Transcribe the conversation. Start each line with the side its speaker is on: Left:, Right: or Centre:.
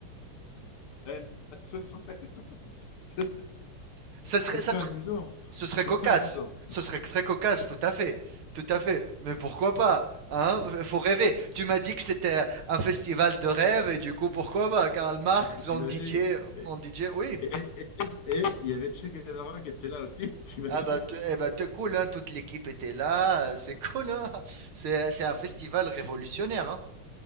Left: Eh, Ce serait, ce,
Right: <laughs> Ça serait,
Left: ce serait
Right: ça serait
Left: amusant.
Right: Ce serait
Left: Ce
Right: cocasse.
Left: serait amusant.
Right: Ce serait très cocasse, tout à fait. Tout à fait. Mais pourquoi pas? Hein? Faut rêver. Tu m'as dit que c'était un festival de rêve et du coup, pourquoi pas? Karl Marx
Left: Eh, t'imagines?
Right: en DJ,
Left: Et,
Right: en DJ, oui.
Left: et, et- et il y avait Che Guevara qui était là aussi, <laughs> t'imagines?
Right: Ah bah, t- eh bah, t'es cool, hein? Toute l'équipe était là. euh, C'est cool, hein? C'est, c'est un festival révolutionnaire, hein?